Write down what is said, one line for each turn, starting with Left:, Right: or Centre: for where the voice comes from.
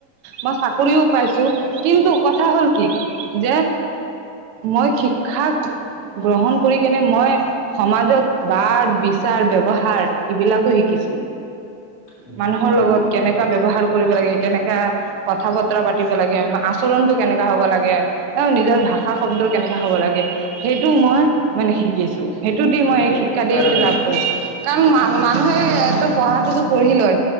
Right: মই চাকৰিও পাইছো কিন্তু কথা হ'ল কি যে মই শিক্ষা গ্ৰহণ কৰি কেনে মই সমাজত বাদ বিচাৰ ব্যৱহাৰ এইবিলাকো শিকিছো
Left: উম,
Right: মানুহৰ
Left: হয়
Right: লগত কেনেকা
Left: সেইটোৱে,
Right: ব্যৱহাৰ কৰিব লাগে কেনেকা কথা বত পাতিব লাগে আচৰণতটো কেনেকা হব লাগে অ নিজৰ ভাষা শব্দ কেনেকা হব লাগে সেইটো মই মানে শিকিছো সেইটো দি
Left: সেইটোৱে
Right: মই এই শিক্ষা
Left: শিক্ষাৰ
Right: দি এইটো লাভ
Left: মূল
Right: কৰিছো। কাৰণ ম মানুহে তটো পঢ়াটোতো পঢ়ি লয়।